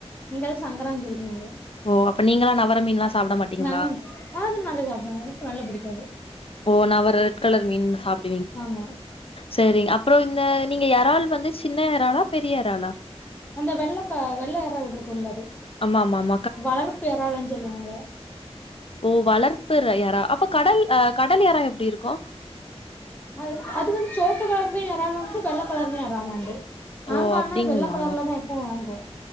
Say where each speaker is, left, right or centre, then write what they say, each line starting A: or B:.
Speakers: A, on the left (about 15°); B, on the left (about 60°).
A: நீங்க அத சங்கரான் சொல்றீங்க
B: ஓ! அப்ப நீங்கலாம் நவர மீன்லாம் சாப்பிட மாட்டீங்களா?
A: நாங்க அது நல்லா சாப்டுவோ எனக்கு நல்லா புடிக்கு அது
B: ஓ நவர் ரெட் கலர் மீன் சாப்
A: ஆமா
B: செரி அப்றோ இந்த நீங்க எறால் வந்து சின்ன எறாலா பெரிய எறாலா
A: அந்த வெள்ளக்கா வெள்ள எறால் இருக்குல்ல அது
B: ஆமா ஆமாம்
A: வளர்ப்பு எறாலுன்னு சொல்லுவாங்க
B: ஓ வளர்ப்பு ற எறா அப்ப கடல் அஹ் கடல் எறா எப்டி இருக்கு
A: அது அது வந்து சொவப்பு கலர்லயு எறாலுண்டு வெள்ள கலர்லயு எறாலுண்டு நாங்க
B: ஓ! அப்டிங்களா?
A: ஆனா வெள்ள கலர்லதா எப்பவு வாங்குவோ